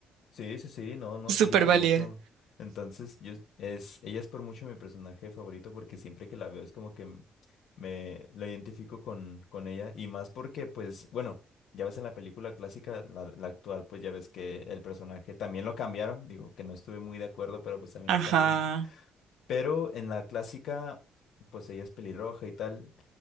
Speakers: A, on the left; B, on the right.
A: Sí, sí, sí, no, no,
B: súper
A: sí, por
B: válida.
A: mucho. Entonces, yo es, ella es por mucho mi personaje favorito porque siempre que la veo es como que m- me la identifico con, con ella y más porque, pues, bueno, ya ves en la película clásica, la, la actual, pues ya ves que el personaje también lo cambiaron, digo que no estuve muy de acuerdo, pero pues también
B: Ajá.
A: lo cambiaron. Pero en la clásica, pues ella es pelirroja y tal,